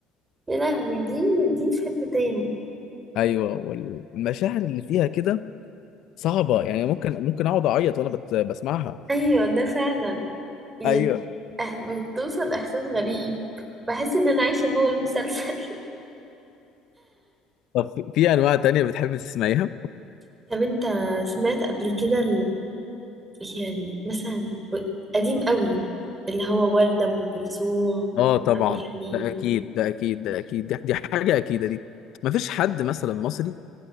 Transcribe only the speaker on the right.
يا لهوي دي دي في حته تاني
ايوه ده فعلا يعني
أه- بتوصل احساس غريب بحس ان انا عايشه جوه المسلسل
<laughs> طب انت سمعت قبل كده يعني مثلا قديم قوي اللي هو وردة أم كلثوم
عبد الحليم